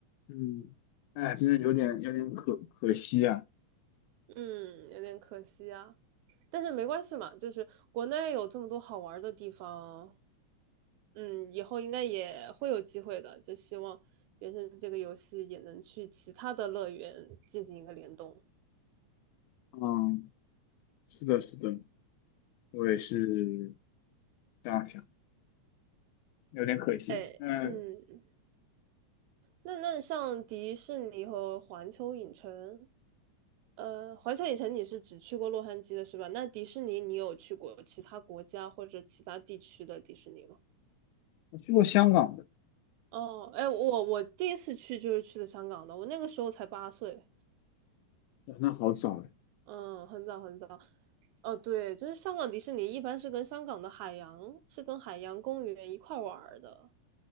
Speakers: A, on the left; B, on the right.
A: 嗯，哎，真的有点有点可可惜啊。
B: 嗯，有点可惜啊。但是没关系嘛，就是国内有这么多好玩的地方，嗯，以后应该也会有机会的。就希望原神这个游戏也能去其他的乐园进行一个联动。
A: 嗯，是的，是的，我也是这样想，有点可惜。
B: 哎，
A: 嗯，
B: 嗯，那那像迪士尼和环球影城，呃，环球影城你是只去过洛杉矶的是吧？那迪士尼你有去过其他国家或者其他地区的迪士尼吗？
A: 我去过香港的，
B: 哦，哎，我我第一次去就是去的香港的，我那个时候才八岁。
A: 哇那好早哎。
B: 嗯，很早很早，哦，对，就是香港迪士尼一般是跟香港的海洋，是跟海洋公园一块儿玩儿的，